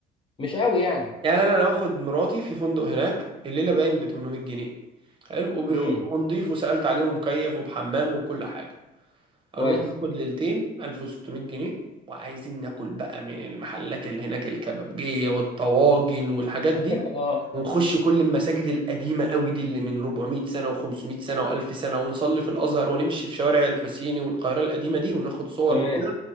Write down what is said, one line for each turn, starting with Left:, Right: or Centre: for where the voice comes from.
Left: مش قوي يعني
Right: يعني انا انا واخد مراتي في فندق هناك الليله باين ب 800 جنيه حلو وب...
Left: امم
Right: ونضيف وسالت عليه ومكيف وبحمام وكل حاجه
Left: كويس
Right: هنروح ناخد ليلتين 1600 جنيه وعايزين ناكل بقى من المحلات اللي هناك الكبابجيه والطواجن والحاجات دي
Left: <laughs> اه
Right: ونخش كل المساجد القديمه قوي دي اللي من 400 سنه و500 سنه و1000 سنه ونصلي في الازهر ونمشي في شوارع الحسيني والقاهره القديمه دي وناخد صور
Left: تمام
Right: وكده